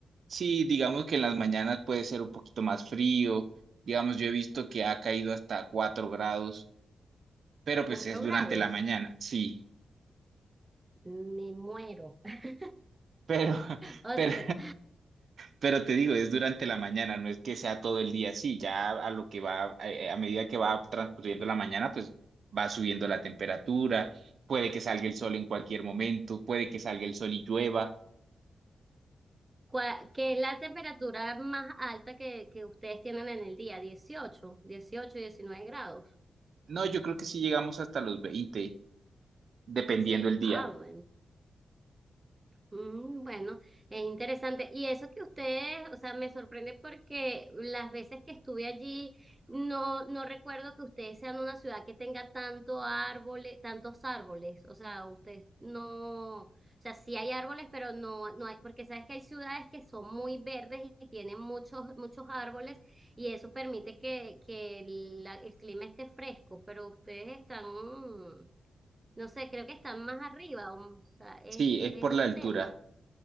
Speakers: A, on the right; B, on the right.
A: Sí, digamos que en las mañanas puede ser un poquito más frío, digamos yo he visto que ha caído hasta 4 grados, pero pues
B: 4
A: es durante
B: grados.
A: la mañana, sí,
B: Me muero. <laughs>
A: pero, <laughs>
B: O
A: pero,
B: sea,
A: pero te digo, es durante la mañana, no es que sea todo el día así, ya a lo que va, a, a medida que va transcurriendo la mañana, pues va subiendo la temperatura, puede que salga el sol en cualquier momento, puede que salga el sol y llueva,
B: ¿Cuál- ¿Qué es la temperatura más alta que, que ustedes tienen en el día? dieciocho 18, 19 grados.
A: no, yo creo que sí llegamos hasta los 20 dependiendo
B: Sí,
A: el día,
B: ah, bueno. Mm, Bueno, es interesante. Y eso que ustedes, o sea, me sorprende porque las veces que estuve allí, no, no recuerdo que ustedes sean una ciudad que tenga tanto árboles, tantos árboles. O sea, ustedes no, o sea, sí hay árboles, pero no, no hay, porque sabes que hay ciudades que son muy verdes y tienen muchos, muchos árboles, y eso permite que, que el, la- el clima esté fresco, pero ustedes están, mm, no sé, creo que están más arriba, o sea, es,
A: sí, es
B: es
A: por
B: el
A: la altura,
B: tema.